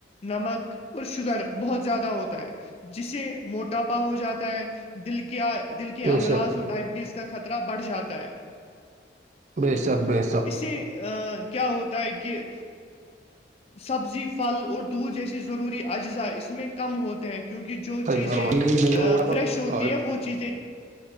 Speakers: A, on the left (about 35°); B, on the right (about 40°).
A: نمک اور شوگر بہت زیادہ ہوتا ہے جسے موٹاپا ہو جاتا ہے دل کیا دل کے امراض
B: بے شک
A: اور ڈائبٹیز کا خطرہ بڑھ جاتا ہے
B: ڈری سر ڈے سر
A: اس سے کیا ہوتا ہے کہ سبزی پھل اور دودھ جیسی ضروری اجزاء اس میں کم ہو ہیں کیونکہ جو
B: صحیح
A: چیزیں
B: فرمایا
A: فریش ہوتی
B: اور
A: ہے وہ چیزیں